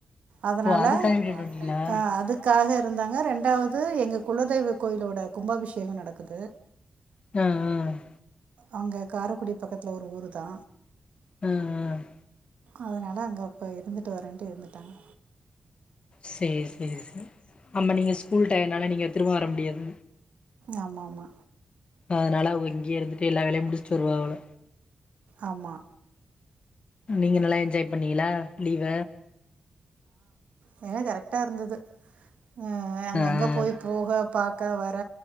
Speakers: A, on the right (about 80°); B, on the left (about 55°).
A: அதனால
B: ஓ அதுக்காக விட்டுட்டு வந்ட்டீங்களா
A: அ அதுக்காக இருந்தாங்க ரெண் ரெண்டாவது எங்க குலதெய்வ கோயிலோட கும்பாபிஷேகோ நடக்குது
B: ம்‌ ம்
A: அங்க காரக்குடி பக்கத்துல ஒரு ஊரு தா
B: ம் ம்
A: அதுனால அங்க இப்ப இருந்துட்டு வரேன்ட்டு இருந்துட்டாங்க
B: சேர் சேரி சார் ஆம்மா நீங்க ஸ்கூல் டயனால நீங்க திரும்போ வர முடியாது
A: ஆமாமா
B: அதனால அவ இங்கேயே இருந்துட்டு எல்லா வேலையு முடிச்சுட்டு வருவா போல
A: ஆமா
B: நீங்க நல்லா என்ஜாய் பண்ணீங்களா லீவ
A: வேல கரெக்ட்டா இருந்துது அ அங்கங்க
B: ஆ
A: போய் போக பாக் க வர